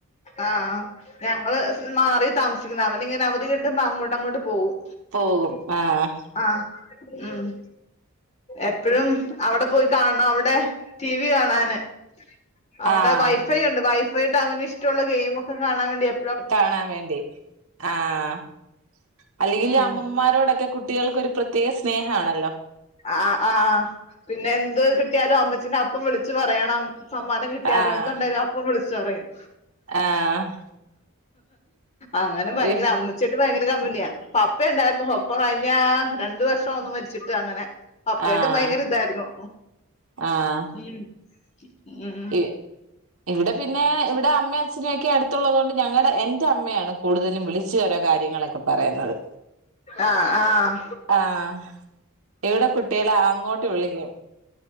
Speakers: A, on the left; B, on the right.
A: ആഹ് ഞങ്ങള് മാറി താമസിക്ക്ന്നെ അവനിങ്ങനെ അവധി കിട്ടുമ്പൊ അങ്ങോട്ടങ്ങോട്ട് പോകും
B: പോകും ആഹ്
A: ആഹ് ഉം എപ്പഴും അവിടെ പോയി കാണണം അവ്ടെ ടി. വി കാണാന് അവിടെ
B: ആഹ്
A: വൈഫൈയുണ്ട് വൈഫൈയിട്ട് അവനിഷ്‌ട്ടവുള്ള ഗെയിം ഒക്കെ കാണാൻ വേണ്ടി എ
B: കാണാൻ വേണ്ടി ആഹ് അല്ലെങ്കിലും
A: ഉം
B: ഈ അമ്മൂമാരോടൊക്കെ കുട്ടികൾക്കൊരു പ്രത്യേക സ്നേഹാണല്ലോ?
A: ആഹ് ആഹ് പിന്നെ എന്ത് കിട്ടിയാലും അമ്മച്ചീനെ അപ്പം വിളിച്ച് പറയണം സമ്മാനം കിട്ടിയാലും
B: ആഹ്
A: എന്തുണ്ടേലും അപ്പം വിളിച്ച് പറയും
B: ആഹ്
A: അങ്ങനെ ഭയങ്കര
B: ഇഹ്
A: അമ്മ ച്ചിയായിട്ട് ഭയങ്കര കമ്പനിയാ പപ്പയുണ്ടായിര്ന്നു പപ്പ കഴിഞ്ഞ രണ്ട് വർഷാവുന്നു മരിച്ചിട്ട് അങ്ങനെ പപ്പയായിട്ടും
B: ആഹ്
A: ഭയങ്കര ഇതായിര്ന്നു
B: ആഹ്
A: ഉം ഉം
B: ഇ ഇവിടെ പിന്നെ ഇവിടെ അമ്മ അച്ഛനൊക്കെ അട്ത്തുള്ളതോണ്ട് ഞങ്ങടെ എന്റെ അമ്മയാണ് കൂട്തലും വിളിച്ച് ഓരോ കാര്യങ്ങളൊക്കെ പറയുന്നത്
A: ആഹ് ആഹ്
B: ആഹ് ഇവിടെ കുട്ടികള് അങ്ങോട്ട് വിളിക്കും